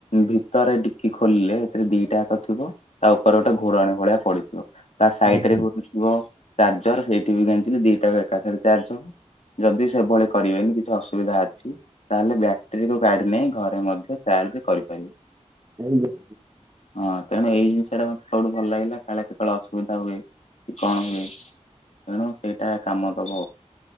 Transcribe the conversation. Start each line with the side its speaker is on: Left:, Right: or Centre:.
Left: ଭିତରେ ଡିକି ଖୋଲିଲେ ଏଥିରେ ଦିଟା ଆକ ଥିବ। ତା ଉପରେ ଗୋଟେ
Right: ହୁଁ
Left: ଘୋଡ଼ଣି ଭଳିଆ ପଡିଥିବ ତା ସାଇଡ
Right: ହୁଁ
Left: ରେ ଗୋ ଗୋ ଚାର୍ଜର ସେଇଠି ବି ଗେଞ୍ଜିଲେ ଦିଟା ଏକାଥରେ ଚାର୍ଜ ହବ। ଯଦି ସେଭଳି କରିବେନି କିଛି ଅସୁବିଧା ଅଛି। ତାହେଲେ ବ୍ୟାଟେରୀକୁ ଗାଡି ନେଇ ଘରେ ମଧ୍ୟ ଚାର୍ଜ କରିପାରିବେ।
Right: ଏଇବେ।
Left: ହଁ ତଣୁ ଏଇ ଜିନିଷ ଟା ମତେ ସବଠୁ ଭଲ ଲାଗିଲା କାଳେ କେତେବେଳେ ଅସୁବିଧା ହୁଏ। କଣ ହୁଏ ତେଣୁ ସେଇଟା କାମ ଦବ